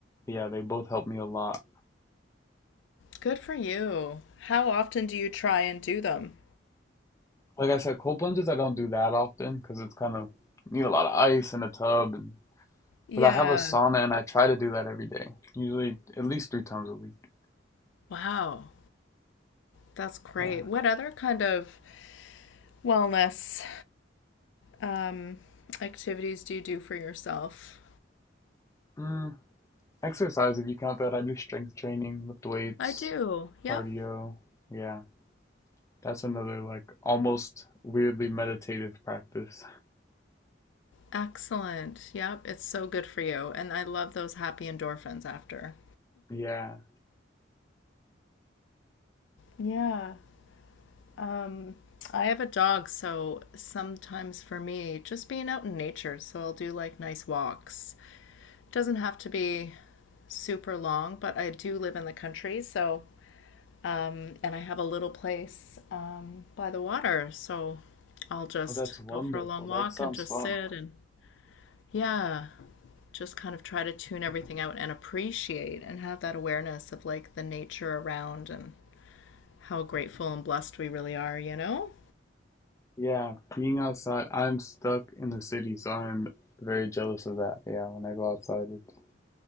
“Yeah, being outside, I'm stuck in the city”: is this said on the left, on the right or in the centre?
Left